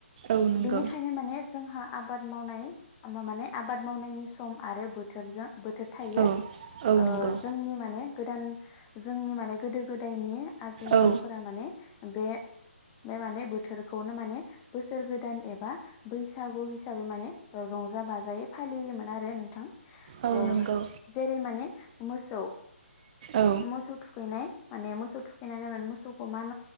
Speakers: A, on the right; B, on the left.
A: औ नंगौ
B: बेनिखायनो माने जोंहा आबाद मावनाय होनबा माने आबाद मावनायनि सम आरो बोथोरजों बोथोर थायो
A: औ औ
B: ओ
A: नंगौ
B: जोंनि माने गोदान जोंनि माने गोदो गोदायनि आजै
A: औ
B: आजौफोरा माने बे बे माने बोथोरखौनो माने बोसोर गोदान एबा बैसागु हिसाबै माने रंजा बाजायै फालियोमोन आरो नोंथां।
A: औ
B: ओ
A: नंगौ
B: जेरै माने मोसौ
A: औ
B: मोसौ थुखैनाय माने मोसौ थुखैनानै माने मोसौखौ मान